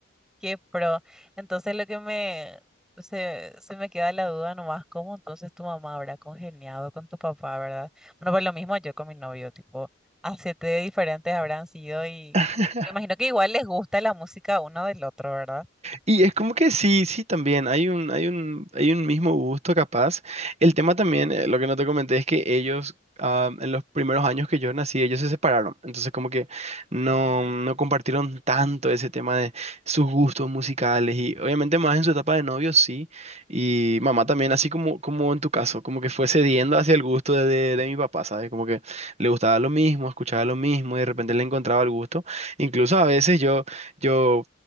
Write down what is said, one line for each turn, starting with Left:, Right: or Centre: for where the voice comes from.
Centre: Qué pro. Entonces lo que me se, se me queda la duda nomás, ¿cómo entonces tu mamá habrá congeniado con tu papá, verdad? Bueno, pues lo mismo yo con mi novio, tipo, a siete diferentes habrán sido y
Right: <laughs>
Centre: me imagino que igual les gusta la música uno del otro, ¿verdad?
Right: Y es como que sí, sí, también hay un, hay un, hay un mismo gusto capaz. El tema también, eh, lo que no te comenté es que ellos, ah, en los primeros años que yo nací, ellos se separaron. Entonces como que no,
Centre: Mm.
Right: no compartieron tanto ese tema de sus gustos musicales y obviamente más en su etapa de novio, sí. Y mamá también, así como, como en tu caso, como que fue cediendo hacia el gusto de, de, de mi papá, ¿sabes? Como que le gustaba lo mismo, escuchaba lo mismo y de repente le encontraba el gusto. Incluso a veces yo... Yo